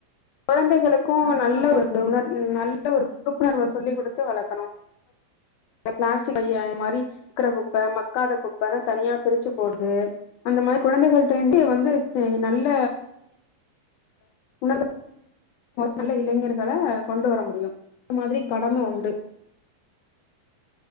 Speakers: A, on the left (about 80°); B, on the left (about 65°).
A: கொழந்தைகளுக்கு
B: ஆ
A: நல்ல
B: ஆமாங்க
A: ஒரு
B: தோழி.
A: உணர் நல்ல ஒரு பொ உணர்வ சொல்லி குடுத்து வளக்கணு பிளாஸ்டிக் பைய மாரி இருக்குற குப்ப மக்காத குப்பனு தனியா பிருச்சு போட்டுட்டு அந்த மாரி குழந்தைகளிட்டந்து வந்து நல்ல உணர்வ நல்ல இளைஞர்கள கொண்டு வர முடியும் இந்த மாதிரி கடம உண்டு